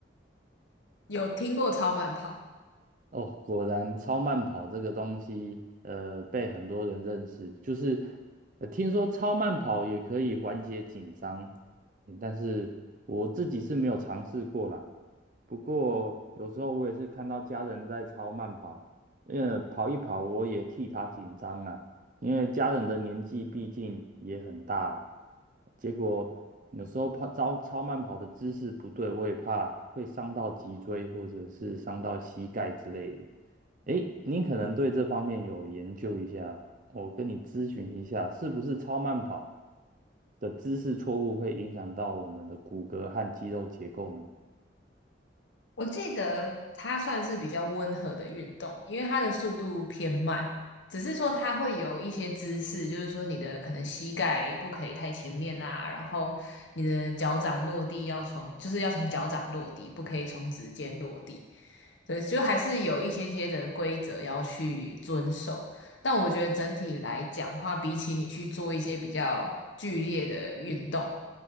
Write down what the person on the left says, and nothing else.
有听过超慢跑。
我记得它算是比较温和的运动，因为它的速度偏慢，只是说它会有一些姿势，就是说你的可能膝盖不可以太前面啊，然后你的脚掌落地要从，就是要从脚掌落地，不可以从指尖落地。对，就还是有一些些的规则要去遵守，但我觉得整体来讲的话，比起你去做一些比较剧烈的运动，